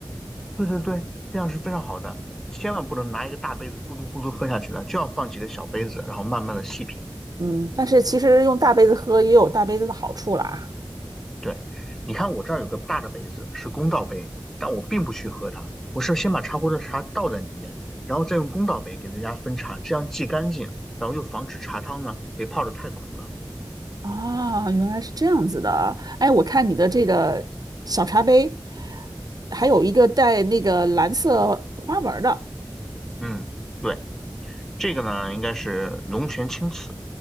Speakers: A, in the centre; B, on the right (about 55°).
A: 对对对，这样是非常好的，千万不能拿一个大杯子咕嘟咕嘟喝下去的，就要放几个小杯子，然后慢慢的细品。
B: 嗯，但是其实用大杯子喝也有大杯子的好处啦。
A: 对，你看我这儿有个大的杯子，是公道杯，但我并不去喝它，我是先把茶壶的茶倒在里面，然后再用公道杯给大家分茶，这样既干净，然后又防止茶汤呢被泡的太苦了。
B: 啊，原来是这样子的。哎，我看你的这个小茶杯，还有一个带那个蓝色花纹儿的，
A: 嗯，对，这个呢应该是龙泉青瓷，